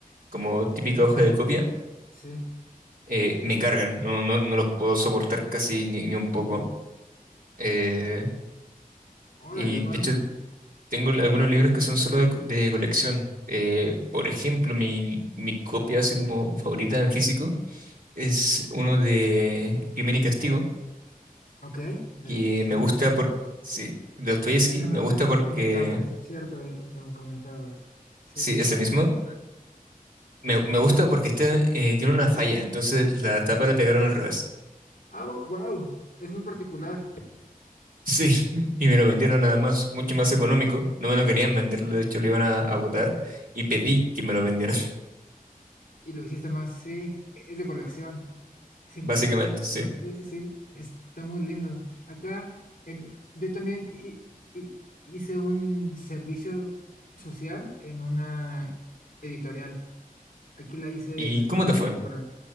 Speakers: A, on the right; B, on the left.
A: como típica hoja de copia,
B: sí.
A: eh, me cargan, no, no, no los puedo soportar casi ni, ni un poco. eh,
B: Órale,
A: y
B: wow.
A: de hecho Tengo l- algunos libros que son solo de, co- de colección. Eh, por ejemplo, mi, mi copia así como favorita en físico es uno de Crimen y Castigo,
B: Ok, de
A: que
B: los- sí.
A: me gusta por, sí, de Dostoyevsky,
B: El que me,
A: me
B: me-
A: gusta porque,
B: me comentabas, cierto, el que me comentabas. Sí.
A: sí, ese mismo, me, me gusta porque este, eh, tiene una falla, entonces la tapa la pegaron al revés.
B: Ah, wow, es muy particular.
A: Sí, <laughs> y me lo vendieron además mucho más económico, no me lo querían vender, de hecho lo iban a, a botar y pedí que me lo vendieran,
B: Y lo hiciste más, sí, es de colección, sin
A: <laughs> básicamente,
B: duda es de colección,
A: sí.
B: sí, sí, sí, está muy lindo. Acá en- yo también hi- hi- hice un servicio social en una editorial, aquí la hice
A: ¿Y
B: en el
A: cómo
B: Centro
A: te fue?
B: de Cultura.